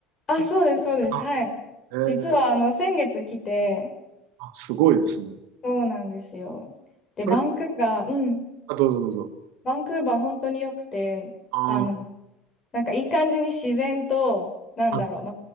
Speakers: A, on the left; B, on the right.
A: あ、
B: い
A: そうです、そうです。
B: あ
A: はい。
B: えー
A: 実はあの先月来て、
B: あ、すごいですね。
A: そうなんですよ。で、バンクーバー、
B: それ、
A: うん、
B: あ、どうぞどうぞ。
A: バンクーバー本当に良くて、
B: あー
A: あの、なんかいい感じに自然と、なんだろう、
B: あ、
A: ま、